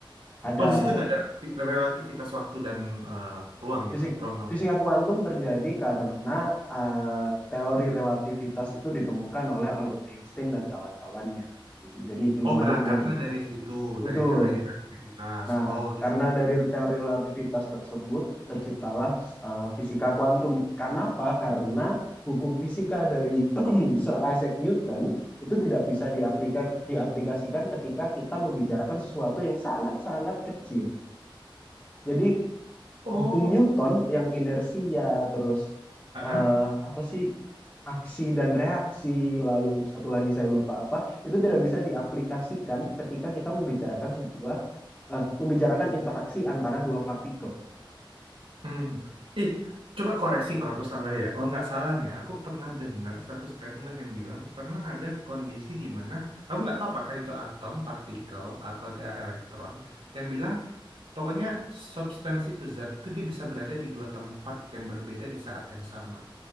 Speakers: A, on the left; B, on the right.
A: ada
B: Oh di situ nggak ada relati- relativitas waktu dan eh, ruang
A: fisik
B: gitu, ruang
A: fisika kuantum terjadi karena eh, teori relativitas itu ditemukan oleh Albert Einstein dan kawan-kawannya gitu. Jadi ilmuannya
B: Oh, berangkatnya
A: bukan cuma
B: dari situ,
A: betul
B: dari teori relativitas.
A: Nah,
B: Oh, gitu.
A: karena dari teori relativitas tersebut terciptalah eh, fisika kuantum. Kenapa? Karena hukum fisika dari <clears throat> Sir Isaac Newton itu tidak bisa diaplika, diaplikasikan ketika kita membicarakan sesuatu yang sangat-sangat kecil. Jadi
B: Oh,
A: hukum Newton yang inersia terus
B: ah,
A: eh, apa sih aksi dan reaksi lalu satu lagi saya lupa apa itu tidak bisa diaplikasikan ketika kita membicarakan sebuah eh, membicarakan interaksi antara dua partikel.
B: hmm. Ih, coba koreksi kalau aku salah ya. Kalau nggak salah nih, aku pernah dengar satu statement yang bilang pernah ada kondisi di mana aku nggak tahu apakah itu atom, partikel, atau dia elektron yang bilang pokoknya substansi itu zat itu dia bisa berada di dua tempat yang berbeda di saat yang sama.